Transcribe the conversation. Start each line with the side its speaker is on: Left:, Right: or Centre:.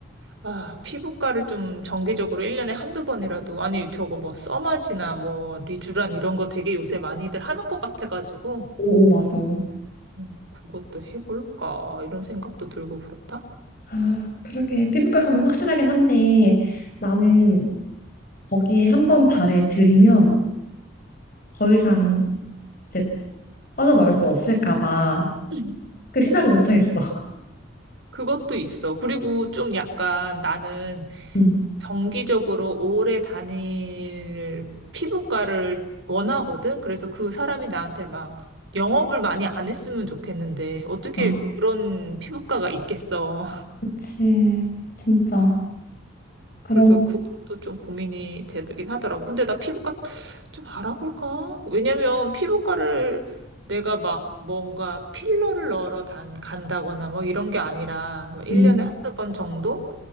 Right: 아, 피부과를 좀 정기적으로 1년에 한두 번이라도, 아니, 저거 뭐, 써마지나 뭐, 리쥬란 이런 거 되게 요새 많이들 하는 것 같아가지고,
Left: 오, 오, 맞아.
Right: 음, 그것도 해볼까, 이런 생각도 들고 그렇다?
Left: 아, 그러게 피부과 가면 확실하긴 한데 나는 거기 한 번 발을 들이면 더 이상 이제 빠져나올 수 없을까 봐
Right: 음.
Left: 그 시작을 못 하겠어.
Right: 그것도 있어. 그리고 좀 약간 나는
Left: 음.
Right: 정기적으로 오래 다닐 피부과를 원하거든? 그래서 그 사람이 나한테 막 영업을 많이 안 했으면 좋겠는데, 어떻게
Left: 아,
Right: 그런 피부과가 있겠어?
Left: 그치. 진짜. 그런
Right: 그래서 그것도 좀 고민이 되긴 하더라고. 근데 나 피부과 좀 알아볼까? 왜냐면 피부과를 내가 막 뭔가 필러를 넣으러 단, 간다거나 뭐 이런 게 아니라 뭐 일
Left: 음,
Right: 1년에 한두 번 정도?